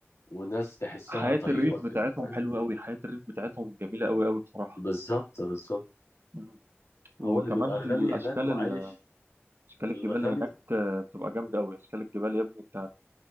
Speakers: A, on the left; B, on the right.
A: وناس تحسها
B: حياة
A: طيبة
B: الريف بتاعتهم
A: كده فاهم
B: حلوة أوي حياة الريف بتاعتهم جميلة أوي أوي بصراحة
A: بالظبط بالظبط
B: مم. وكمان
A: هو اللي بيبقى
B: الأشكال
A: غني هناك وعايش
B: ال- أشكال الجبال
A: الغني
B: هناك آه، بتبقى جامدة أوي أشكال الجبال يا ابني أنت